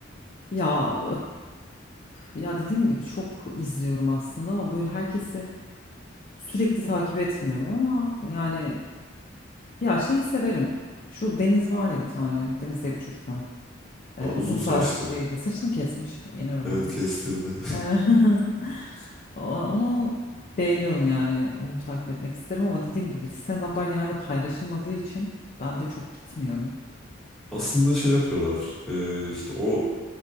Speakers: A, on the left; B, in the centre.
A: ya eee, ya dediğim gibi çok izliyorum aslında ama böyle herkesi Sürekli takip etmiyorum ama yani ya şeyi severim. Şu Deniz var ya bir tane. Deniz diye bir çocuk var. Ee,
B: Aa,
A: uzun
B: uzun
A: saç
B: saçlı.
A: şeyi de saçını kesmiş. Yeni öğrendim.
B: Evet kestirdi.
A: Ee, <laughs> o- onu beğeniyorum yani. Onu takip etmek isterim ama dediğim gibi stand-up'lar genelde paylaşılmadığı için ben de çok gitmiyorum.
B: <laughs> Aslında şey yapıyorlar. e, işte o